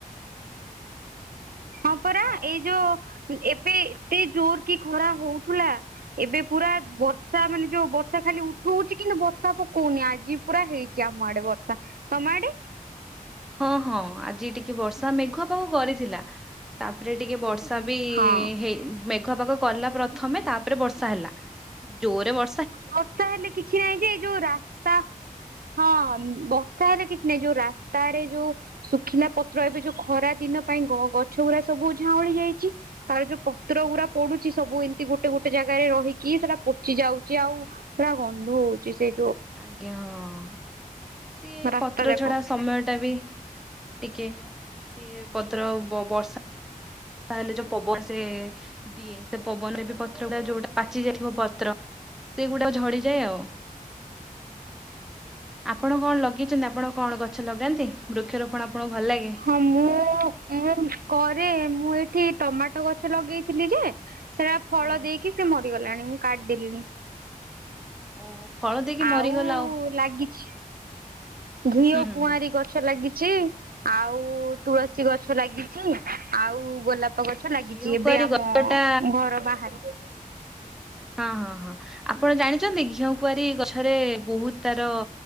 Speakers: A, on the right; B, in the centre.
A: ହଁ ପରା
B: ହଉ
A: ଏଇ ଯୋଉ ଏବେ ଏତେ ଜୋର କି ଖରା ହଉଥୁଲା ଏବେ ପୁରା ବର୍ଷା ମାନେ ଯୋଉ ବର୍ଷା ଖାଲି ଉଠଉଛି କିନ୍ତୁ ବର୍ଷା ପକୋଉନି ଆଜି ପୁରା ହେଇଚି ଆମ ଆଡ଼େ ବର୍ଷା ତମେ ଆଡ଼େ।
B: ହଁ ହଁ ଆଜି ଟିକେ ବର୍ଷା ମେଘୁଆ ପାଗ କରିଥିଲା ତାପରେ ଟିକେ ବର୍ଷା ବର୍ଷା ବି
A: ହଁ
B: ହେଇନି ମେଘୁଆ ପାଗ କଲା ପ୍ରଥମେ ତାପରେ ବର୍ଷା ହେଲା ଜୋରେ ବ
A: ବର୍ଷା ହେଲେ କିଛି ନାହିଁ ଯେ ଏଇ ଯୋଉ ରାସ୍ତା ହଁ ବ ବର୍ଷା ହେଲେ କିଛି ନାଇଁ ଯୋଉ ରାସ୍ତାରେ ଯୋଉ ଶୁଖିଲା ପତ୍ର ଏବେ ଯୋଉ ଖରା ଦିନ ପାଇଁ ଗଛ ଗୁଡ଼ା ସବୁ ସବୁ ଝାଉଁଳି ଯାଇଚି ତାର ଯୋଉ ପତ୍ର ଗୁଡ଼ା ପଡ଼ୁଚି ସବୁ ଏମିତି ଗୋଟେ ଗୋଟେ ଜାଗାରେ ରହିକି ସେଟା ପ ପଚି ଯାଉଚି ଆଉ ପୁରା ଗନ୍ଧ ହଉଚି ସେଇ
B: ଆଜ୍ଞା ହଁ। ସିଏ
A: ରାସ୍ତା
B: ପତ୍ର
A: ଯାକ
B: ଛଡା ସମୟଟା ବି। ଟିକିଏ ସିଏ ପତ୍ର ବ, ବର୍ଷା ତାହେଲେ ଯୋଉ ପବନ ସେ ଦିଏ ସେ ପବନରେ ବି ପତ୍ର ଗୁଡ଼ା ଯୋଉଟା ପାଚି ଯାଇଥିବ ପତ୍ର ସେଗୁଡାକ ପଡ଼ିଯାଏ ଆଉ। ଆପଣ କଣ ଲଗେଇଛନ୍ତି ଆପଣ କଣ ଗଛ ଲଗାନ୍ତି ବୃକ୍ଷରୋପଣ ଆପଣଙ୍କୁ ଭଲ ଲାଗେ?
A: ହଁ ମୁଁଁ ମୁଁ କ ରେ ମୁଁ ଏଠି ଟମାଟୋ ଗଛ ଲଗେଇଥିଲି ଯେ ସେଟା ଫଳ
B: ଆଜ୍ଞା
A: ଦେଇକି ସେ ମ ମରି ଗଲାଣି ମୁଁ କାଟିଦେଲିଣି।
B: ଓହୋ ଫଳ ଦେଇକି ମରିଗଲା
A: ଆଉ ଲାଗିଛି। ଘିଅ
B: ହୁଁ
A: କୁଆଁରୀ
B: ହୁଁ।
A: ଗଛ ଲାଗିଚି। ଆଉ ତୁଳସୀ ଗଛ ଲାଗିଚି ଆଉ ଗୋଲାପ ଗଛ ଲାଗିଚି
B: ଘିଅ
A: ଏବେ
B: କୁଆଁରୀ
A: ଆମ
B: ଗଛଟା
A: ଘର ବାହାରେ।
B: ହଁ ହଁ ହଁ ଆପଣ ଜାଣିଛନ୍ତି ଘିଅ କୁଆରୀ ଗଛରେ ବହୁତ ତାର ଅ,